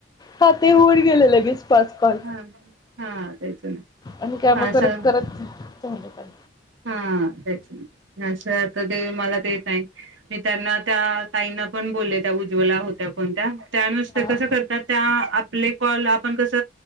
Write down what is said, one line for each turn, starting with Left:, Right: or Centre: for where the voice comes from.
Left: हा ते होऊन गेले लगेच, पाच काॅल
Right: हा हा तेच ना
Left: आणि काम
Right: हा असं
Left: करत करत झालं काल.
Right: हा तेच ना नाही तर, तर ते मला तेे ताई मी त्यांना त्या ताईना पण बोलले त्या उज्वला होत्या कोणत्या? त्यानुसत
Left: हा
Right: कसं करतात. त्या आपले काॅल आपण कस,